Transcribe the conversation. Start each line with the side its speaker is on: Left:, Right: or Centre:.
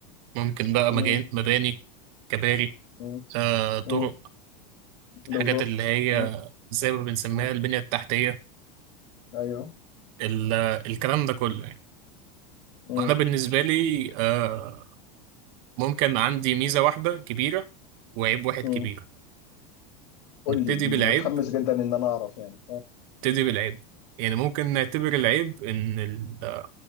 Right: ممكن بقى
Left: مم،
Right: مجان- مباني كباري
Left: مم،
Right: آه، طرق
Left: مم. بالظبط
Right: الحاجات اللي هي
Left: مم،
Right: زي ما بنسميها
Left: مم.
Right: البنية التحتية
Left: ايوه
Right: ال- الكلام ده كله يعني
Left: مم،
Right: وأنا بالنسبة لي آه، ممكن عندي ميزة واحدة كبيرة وعيب واحد
Left: مم.
Right: كبير
Left: قول
Right: نبتدي
Left: لي متحمس
Right: بالعيب
Left: جدا ان انا اعرف يعني
Right: نبتدي بالعيب يعني ممكن نعتبر العيب إن ال-